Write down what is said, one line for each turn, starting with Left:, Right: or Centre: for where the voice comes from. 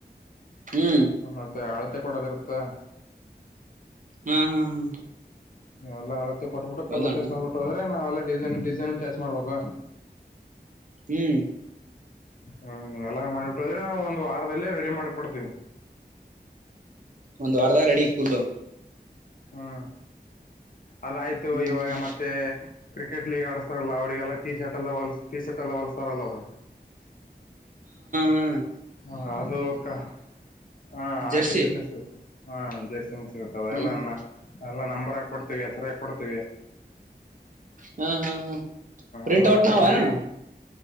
Right: ಹ್ಮ್
Left: ಮತ್ತೆ ಅಳತೆ ಕೊಡೋದರ್. ತಗ.
Right: ಹಾ ಹಾ ಹಾ
Left: ಎಲ್ಲ ಅಳತೆ ಕೊಟ್ಬಿಟ್ಟು ಕಲ್ಲರ್
Right: ಹೌದಣ್ಣ
Left: ಚೇಸ್ ಮಾಡ್ಬಿಟ್ಟು ಹದ್ರೆ ನಾವೆಲ್ಲ ಡಿಸೈನ್ ಡಿಸ. ಏನನ್ ಚಾಸ್ ಮಾಡಬೇಕಾ.
Right: <inaudible> ಹ್ಮ್.
Left: ಹಾ ನೀ ಎಲ್ಲ ಮಾಡಿಟ್ಟೋದ್ರೆ ಒಂದು ವಾರ ಆಮೇಲೆ ರೆಡಿ ಮಾಡ್ಕೊಡ್ತೀನಿ.
Right: ಒಂದ್ ವಾರ್ದಾಗ್ ರೆಡಿ ಫುಲ್ಲು.
Left: ಹಾಂ ಅದಾಯ್ತು ಇವಾಗ
Right: ಹ್ಮ್ ಹ್ಮ್
Left: ಮತ್ತೆ ಕ್ರಿಕೆಟ್ ಲೀಗ್ ಆಡುಸ್ತಾರಲ್ಲ ಅವ್ರಿಗೆಲ್ಲ ಟೀ ಶರ್ಟ್ ಎಲ್ಲ ಹೊಲ್ಸ್ ಟೀ ಶರ್ಟ್ ಎಲ್ಲ ಹೊಲ್ಸ್ ಪರಲ್ಲವ್ರ
Right: ಹ್ಮ್
Left: ಹಾಂ ಅದು ಕ ಹಾಂ ಆ
Right: ಜರ್ಸಿ
Left: ಟೀ ಶರ್ಟ್ ನಂಗ್ ಸಿಗುತ್ತೆ. ಹಾಂ ಜೆರ್ಸಿನೂ ಸಿ ಗುತ್ತವೆ
Right: ಹ್ಮ್
Left: ಎಲ್ಲ
Right: ಹ್ಮ್
Left: ನ ಎಲ್ಲಾ ನಂಬರ್ ಹಾಕ್ಕೊಡ್ತೀವಿ ಹೆಸ್ರ್ ಹಾಕ್ಕೊಡ್ತೀವಿ.
Right: ಹ ಹ ಹ ಪ್ರಿಂಟ್
Left: ಎಲ್ಲ
Right: ಔಟ್
Left: ಕಬಡ್ಡಿ
Right: ನ ಹೊಯಣು